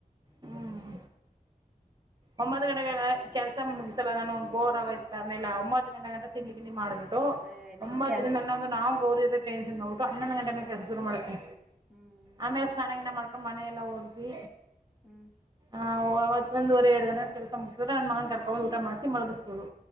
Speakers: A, on the right; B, in the centre.
A: ಹ್ಞೂ ಒಂಬತ್ತು ಗಂಟೆ ಕೆಲ್ಸ ಮುಗಸಲ್ಲ ನಾನು ಬೋರ್ ಆಗೋಯ್ತ್ ಆಮೇಲೆ ಒಂಬತ್ತು ಗಂಗಂಟ ತಿಂಡಿ ತಿಂಡಿ ಮಾಡ್ಬೇಕು
B: ಏ ನಿನ್
A: ಒಂಬತ್ತರಿಂದೊಂದು
B: ಕೆಲ್
A: ನಾವು ಗೌರಿ ವುಟ್ಟು ಹನ್ನೊಂದು ಗಂಟ ಮೇ ಕೆಲಸ ಶರು ಮಾಡುತ್ತೆ
B: ಹ್ಮ್
A: ಆಮೇಲೆ ಸ್ನಾನಗಿನ ಮಾಡ್ಕ ಮನೆಯ ಎಲ್ಲ ಒರ್ಸಿ
B: ಹ್ಮ್
A: ಹಾ ಅವೊ <inaudible> ಎರಡು ದನ ಕೆಲಸ ಮುಗಿಸಿದ್ರ ನನ್ನ ಮನ ಕರ್ಕೊಂಡಂದು ಊಟ ಮಾಡಿಸಿ ಮುಗಿಸಬಹುದು